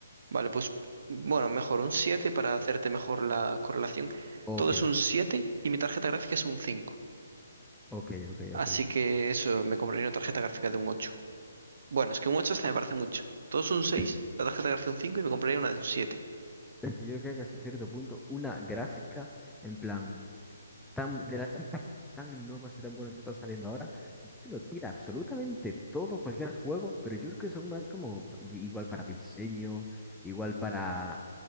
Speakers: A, on the right (about 60°); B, in the centre.
A: Vale, pues bueno, mejor un 7 para hacerte mejor la correlación.
B: Ok,
A: Todo es un siete y mi tarjeta gráfica es un cinco
B: ok, ok,
A: Así
B: ok.
A: que eso, me compraría una tarjeta gráfica de un ocho Bueno, es que un ocho hasta me parece mucho. Todo es un seis
B: Es
A: la tarjeta gráfica un 5 y me compraría una de un siete
B: es que yo creo que hasta cierto punto, una gráfica, en plan. tan, de las sagas tan nuevas y tan buenas que están saliendo ahora, yo te lo tira absolutamente todo, cualquier juego, pero yo creo que son más como i- igual para diseño, igual para